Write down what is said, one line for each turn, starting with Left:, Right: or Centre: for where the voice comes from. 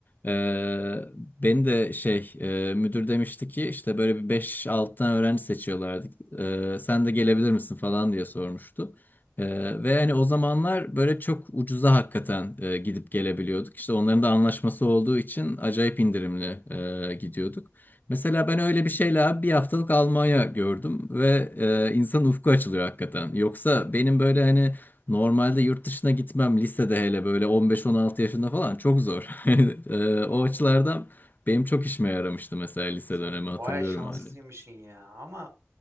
Left: Ee, beni de şey e, müdür demişti ki işte böyle bir beş 6 tane öğrenci seçiyorlardı. Ee, sen de gelebilir misin falan diye sormuştu. Ee, ve hani o zamanlar böyle çok ucuza hakikaten e, gidip gelebiliyorduk. İşte onların da anlaşması olduğu için acayip indirimli e, gidiyorduk. Mesela ben öyle bir şeyle abi bir haftalık Almanya gördüm ve e, insan ufku açılıyor hakikaten. Yoksa benim böyle hani normalde yurt dışına gitmem lisede hele böyle 15-16 yaşında falan çok zor. <laughs> Hani, e, o
Right: Abi
Left: açılardan benim çok işime yaramıştı mesela lise
Right: sen
Left: dönemi hatırlıyorum
Right: baya şanslıymışsın
Left: hala.
Right: ya. Ama